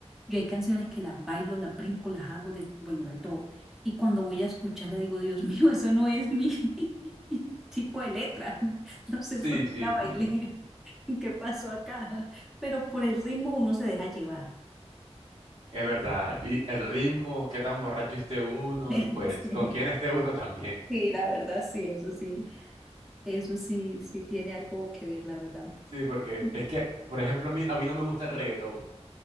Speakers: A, in the centre; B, on the right (about 75°).
A: Yo hay canciones que las bailo, las brinco, las hago de, bueno, de todo. Y cuando voy a escucharla digo, Dios <laughs> mío, eso no es mi <laughs> tipo de letra. <laughs> No sé
B: Sí,
A: por qué
B: sí,
A: la
B: sí,
A: bailé, <laughs> qué pasó acá. Pero por el ritmo uno se deja llevar. <laughs>
B: es verdad. Y el ritmo, qué tan borracho esté uno
A: Sí,
B: y pues con quién esté uno también.
A: sí, la verdad, sí, eso sí. Eso sí, sí tiene algo que ver, la verdad.
B: Sí, porque
A: <laughs>
B: es que, por ejemplo, a mí, a mí no me gusta el reggaetón.